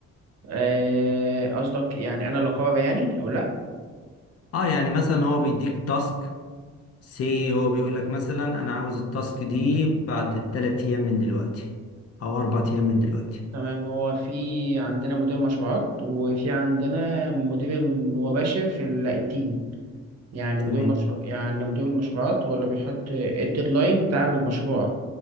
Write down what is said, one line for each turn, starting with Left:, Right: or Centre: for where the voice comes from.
Right: آه، قصدك يعني انا اللي اقرر يعني او لا
Left: اه يعني مثلا هو بيديك تاسك سي هو بيقول لك مثلا انا عاوز التاسك دي بعد 3 ايام من دلوقتي او 4 ايام من دلوقتي
Right: تمام هو في عندنا مدير مشروعات وفي عندنا مدير مباشر في ال- التيم يعني مدير
Left: تمام
Right: مشروع يعني مدير المشروعات هو اللي بيحط الديدلاين بتاع المشروع